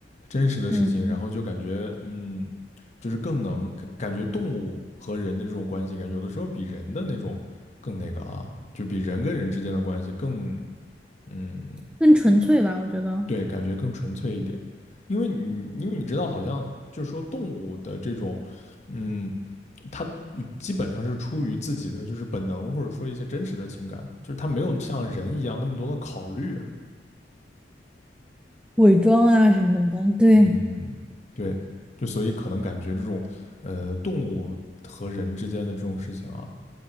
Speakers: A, on the left; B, in the centre.
A: 真实的事情，
B: 嗯，
A: 然后就感觉，嗯，就是更能感觉动物和人的这种关系，感觉有的时候比人的那种更那个啊，就比人跟人之间的关系更，嗯，
B: 更纯粹吧，我觉得
A: 对，感觉更纯粹一点。因为你，因为你知道，好像就是说动物的这种，嗯，它基本上是出于自己的就是本能，或者说一些真实的情感，就是它没有像人一样那么多的考虑啊。
B: 伪装啊什么的，对，
A: 嗯，对，就所以可能感觉这种，呃，动物和人之间的这种事情啊，